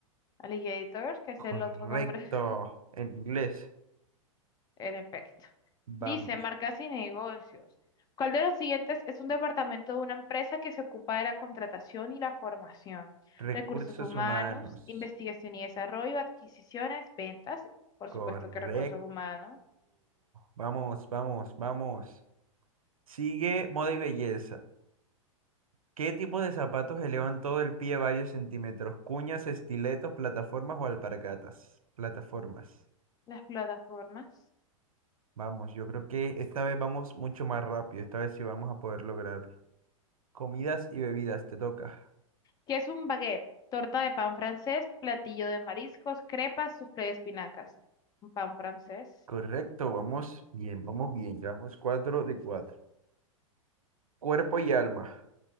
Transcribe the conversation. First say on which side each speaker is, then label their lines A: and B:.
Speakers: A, on the left; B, on the right.
A: Alligator, que es
B: Correcto.
A: el otro nombre, <laughs>
B: En inglés.
A: en efecto. Dice,
B: Vamos.
A: marcas y negocios. ¿Cuál de los siguientes es un departamento de una empresa que se ocupa de la contratación y la formación?
B: Recursos
A: Recursos humanos,
B: humanos.
A: investigación y desarrollo, adquisiciones, ventas, por
B: Correcto.
A: supuesto que recursos humanos,
B: Vamos, vamos, vamos. Sigue moda y belleza. ¿Qué tipos de zapatos elevan todo el pie varios centímetros? Cuñas, estiletos, plataformas o alpargatas. Plataformas.
A: las plataformas.
B: Vamos, yo creo que esta vez vamos mucho más rápido. Esta vez sí vamos a poder lograrlo. Comidas y bebidas, te toca.
A: ¿Qué es un baguette? Torta de pan francés, platillo de mariscos, crepas, soufflé de espinacas. Un pan francés.
B: Correcto, vamos bien, vamos bien. Llevamos cuatro de cuatro. cuerpo y alma.